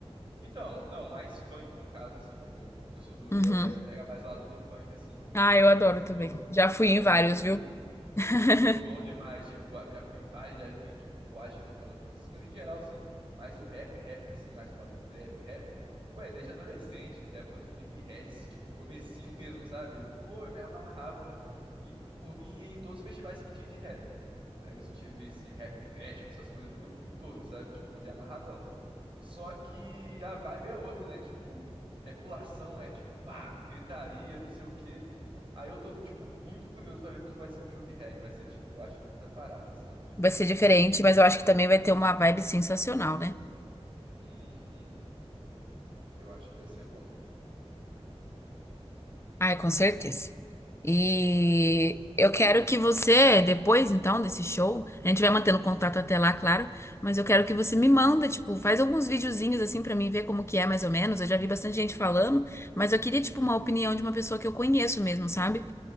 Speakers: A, on the right; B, on the left.
A: Então, não, mais funk no caso, assim, entendeu? Eu sou do Rio,
B: Uhum.
A: eu já me pega mais o lado do funk, assim.
B: Ah, eu adoro
A: Já curti
B: também.
A: algum,
B: Já fui
A: já
B: em
A: curti
B: vários,
A: algum.
B: viu? <laughs>
A: Pô, bom demais. Tipo, eu já fui em baile, já fui em, tipo, boate que tocando funk, essas coisas em geral, assim. Mas o rap, rap, assim, mais pro lado do trap, rap, pô, é desde adolescente. é Época do Felipe Ret, tipo, comecinho mesmo, sabe? Pô, eu me amarrava e, por mim em todos os festivais que tinha de rap. Aí eu tive esse rap festival, essas coisas tudo, eu fui em todos, sabe? Tipo, de amarradão. Só que a vibe é outra, né? Tipo, é pulação, é tipo, pá, gritaria, não sei o quê. Aí eu tô, tipo, muito curioso pra ver como que vai ser um show de reggae. Vai ser, tipo, eu acho que outra parada, sabe? Tipo,
B: Vai ser diferente, mas eu acho que também vai
A: uhum,
B: ter uma vibe sensacional, né?
A: uhum. Eu acho que vai ser bom.
B: Ai, com certeza. E eu quero que você, depois então desse show, a gente vai mantendo contato até lá, claro, mas eu quero que você me manda, tipo, faz alguns videozinhos assim pra mim ver como que é mais ou menos. Eu já vi bastante gente falando, mas eu queria tipo uma opinião de uma pessoa que eu conheço mesmo, sabe?